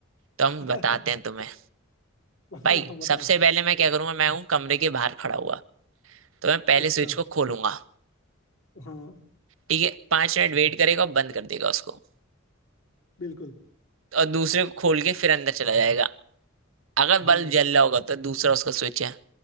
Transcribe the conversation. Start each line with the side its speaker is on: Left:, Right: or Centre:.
Right: तो
Left: <laughs>
Right: हम बताते हैं तुम्हें भाई
Left: हाँ बताओ
Right: सबसे पहले मैं क्या करूंगा मैं हूँ कमरे के बाहर खड़ा हुआ तो मैं पहले
Left: अच्छा
Right: स्विच को खोलूंगा
Left: हाँ
Right: ठीक है पांच मिनट वेट करेगा और बंद कर देगा उसको
Left: बिल्कुल
Right: और दूसरे को खोल के फिर अंदर चला जाएगा अगर
Left: हाँ
Right: बल्ब जल रहा होगा तो दूसरा उसका स्विच है